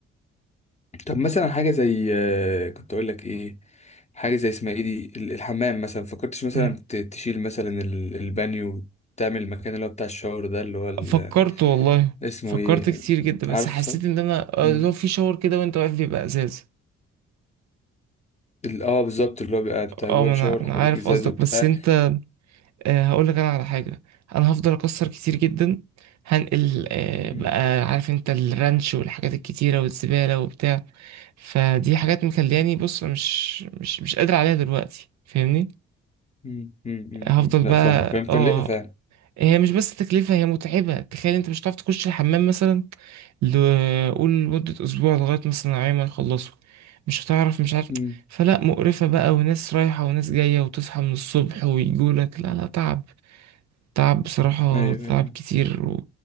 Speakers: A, on the left (about 20°); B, on the right (about 60°).
A: طب مثلا حاجه زي آه، كنت اقول لك ايه حاجه زي اسمها ايه دي ال- الحمام مثلا فكرتش مثلا
B: مم.
A: ت- تشيل مثلا ال- البانيو تعمل المكان اللي هو بتاع الشاور ده اللي هو ال-
B: فكرت والله
A: اسمه
B: فكرت
A: ايه
B: كتير جدا بس
A: عارف
B: حسيت
A: صح
B: ان انا آه،
A: مم.
B: لو في شاور كده وانت واقف بيبقى ازاز
A: ال- اه بالظبط اللي هو بيبقى انت جوه
B: اه ما
A: الشاور
B: انا انا
A: حواليك
B: عارف
A: ازاز
B: قصدك
A: وبتاع
B: بس انت آه، هقول لك انا على حاجه انا هفضل اكسر كتير جدا هنقل آه،
A: مم.
B: بقى عارف انت الرانش والحاجات الكتيره والزباله وبتاع فدي حاجات مخلياني بص مش مش مش قادر عليها دلوقتي فاهمني
A: مم. مم. مم.
B: هفضل
A: مم. لا
B: بقى
A: فاهم فاهم مكلفة
B: اه
A: فعلا
B: هي مش بس تكلفه هي متعبه تخيل انت مش هتعرف تخش الحمام مثلا ل- قول لمده اسبوع لغايه مثلا العيال ما يخلصوا مش هتعرف مش عارف
A: مم.
B: فلا مقرفه بقى وناس رايحه وناس جايه وتصحى من الصبح ويجولك لا لا تعب تعب بصراحة
A: ايوه
B: تعب
A: ايوه أيوة.
B: كتير و...